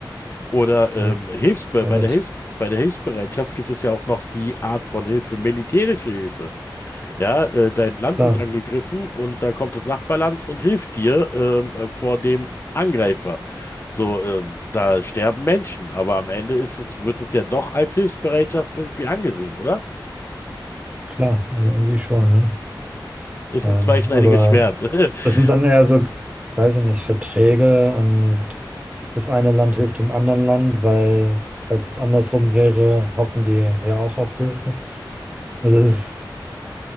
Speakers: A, on the left; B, on the right.
A: Oder
B: Also,
A: ähm, Hilfs bei
B: ja, nat-
A: der Hilfs bei der Hilfsbereitschaft gibt es ja auch noch die Art von Hilfe, militärische Hilfe. Ja, äh, dein Land
B: klar,
A: wird angegriffen und da kommt das Nachbarland und hilft dir ähm, äh, vor dem Angreifer. So, ähm, da sterben Menschen, aber am Ende ist es, wird es ja doch als Hilfsbereitschaft irgendwie angesehen, oder?
B: klar, äh, irgendwie schon, ne?
A: Ist
B: Ähm,
A: ein zweischneidiges
B: aber
A: Schwert. <laughs>
B: das sind dann eher so, weiß ich nicht, Verträge und das eine Land hilft dem anderen Land, weil, falls es andersrum wäre, hoffen die ja auch auf Hilfe. Also es